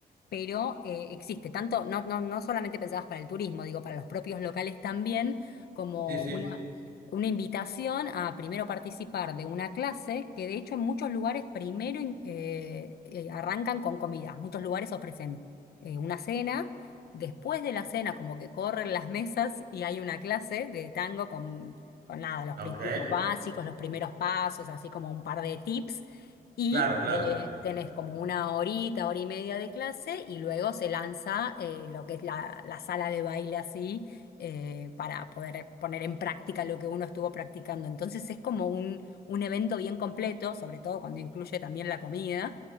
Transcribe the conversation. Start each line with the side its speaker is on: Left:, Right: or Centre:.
Left: pero eh, existe tanto, no, no, no solamente pensadas para el turismo, digo, para los propios locales también, como
Right: Sí, sí.
Left: una, una invitación a primero participar de una clase, que de hecho en muchos lugares primero in- eh, eh, arrancan con comida, muchos lugares ofrecen eh, una cena, después de la cena como que corren las mesas y hay una clase de tango con... Con nada, los
Right: Ok,
Left: principios básicos, los primeros pasos, así como un par de tips. Y
Right: claro, claro.
Left: eh, tenés como una horita, hora y media de clase y luego se lanza eh, lo que es la, la sala de baile así eh, para poder poner en práctica lo que uno estuvo practicando. Entonces es como un, un evento bien completo, sobre todo cuando incluye también la comida,